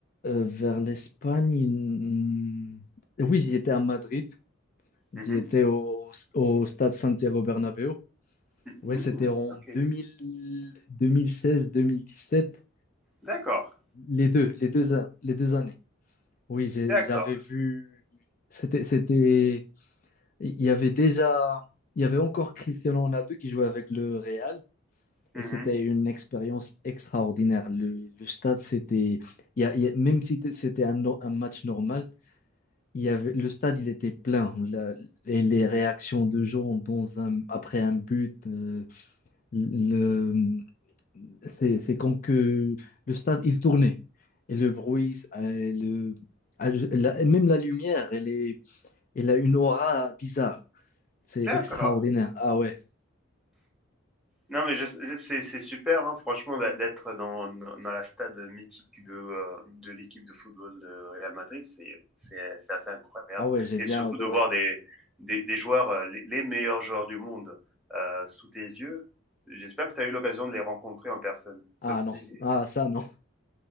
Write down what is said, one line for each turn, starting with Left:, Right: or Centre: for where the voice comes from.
Left: Euh, vers l'Espagne, mm, oui, j'y étais à Madrid, j'y
Centre: Mhm.
Left: étais au, au stade Santiago Bernabéu.
Centre: mh.
Left: Ouais,
Centre: Mmh
Left: c'était en
Centre: OK.
Left: deux deux deux mille mille seize mille dix sept.
Centre: D'accord,
Left: les deux, les deux, an- les deux années. Oui, j'ai-
Centre: d'accord.
Left: j'avais vu. C'était, c'était. Il y avait déjà. Il y avait encore Cristiano Ronaldo qui jouait avec le Real
Centre: Mhm.
Left: et c'était une expérience extraordinaire. Le, le stade, c'était. il y a- il y a- Même si t- c'était un, no- un match normal, il y avait, le stade, il était plein. La- et les réactions de gens dans un, après un but, euh, le, c'est, c'est comme que le stade, il tournait. Et le bruit, euh, le, ah, je- la- même la lumière, elle est il a une aura bizarre. C'est
Centre: D'accord.
Left: extraordinaire. Ah ouais.
Centre: Non, mais je- je- c'est c'est super, hein, franchement, d'a- d'être dans, dans la stade mythique de, euh, de l'équipe de football de Real Madrid, c'est c'est- c'est assez incroyable.
Left: Ah ouais, j'ai
Centre: Et
Left: bien
Centre: surtout
Left: adoré.
Centre: de voir des, des, des joueurs, euh, les, les meilleurs joueurs du monde euh, sous tes yeux. J'espère que tu as eu l'occasion de les rencontrer en personne. Sauf
Left: Ah
Centre: si.
Left: non. Ah ça non.